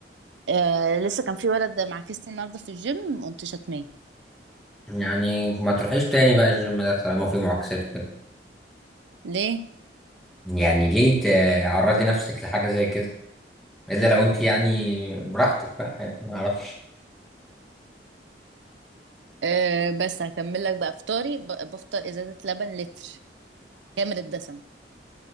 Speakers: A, on the right (about 85°); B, in the centre.
A: آه لسه كان في ولد معاكسني النهارده في الجيم قمت شتماه
B: يعني ما تروحيش تاني بقى الجيم ده طالما فيه معاكسات وكده
A: ليه
B: يعني ليه تعرضي نفسك لحاجة زي كده إلا لو أنت يعني براحتك بقى يعني ما أعرفش
A: آه بس هكمل لك بقى فطاري ب- بفطر ازازه لبن لتر كامل الدسم